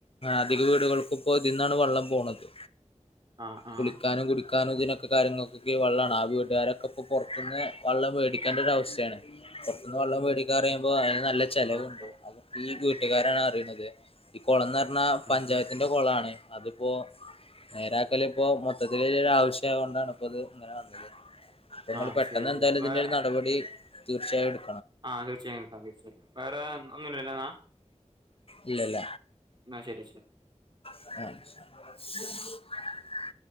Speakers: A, on the left; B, on the right.
A: അധിക വീടുകൾക്കും ഇപ്പോ ഇതിന്നാണ് വെള്ളം പോണത്.
B: ആഹ് ആഹ്
A: കുളിക്കാനും കുടിക്കാനും ഇതിനൊക്കെ കാര്യങ്ങൾക്കൊക്കെ വെള്ളാണ് ആ വീട്ട ട്ടുകാരൊക്കെ ഇപ്പപൊർത്ത്ന്ന് വെള്ളം വേടിക്കേണ്ട ഒരവസ്ഥയാണ് പൊർത്തുന്ന് വെള്ളം വേടി പറയുമ്പോ അതിന് നല്ല ചെലവുണ്ട്
B: ആഹ്
A: ഈ വീട്ടുകാരാണ് അറിയണത്. ഈ കൊളം ന്ന് പറഞ്ഞാ പഞ്ചായത്തിന്റെ
B: ആഹ്
A: കൊളാണ്. അതിപ്പോ നേരാക്കല് പ്പോ മൊത്തത്തിലൊരു ആവിശ്യാ കൊണ്ടാണ് പ്പോ ത് ഇങ്ങനെ വന്നത്. അപ്പോ ഇങ്ങള്
B: ആഹ്
A: പെട്ടെന്ന്
B: ശരി
A: എന്തായാലും
B: ശരി വേ
A: ഇതിന്റെ ഒരു നടപടി തീർച്ചയായും എടു
B: ആഹ് തീർച്ചയായും എടുക്കാം തീർച്ചയായെട്ക്കാം വേറെ ഒന്നുലല്ലോന്നാ.
A: ഇല്ല ഇല്ല.
B: എന്ന ശരി ശ
A: അ